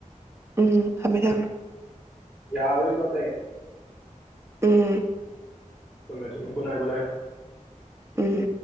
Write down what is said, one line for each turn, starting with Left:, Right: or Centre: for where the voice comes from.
Right: ꯎꯝ ꯊꯝꯃꯦ ꯊꯝꯃꯦ
Centre: ꯌꯥꯔꯥꯔꯣꯢꯀꯣ ꯑꯇꯩ
Right: ꯎꯝ
Centre: ꯊꯝꯃꯦ ꯊꯝꯃꯦ ꯒꯨꯠ ꯅꯥꯢꯠ ꯒꯨꯠ ꯅꯥꯢꯠ
Right: ꯎꯝ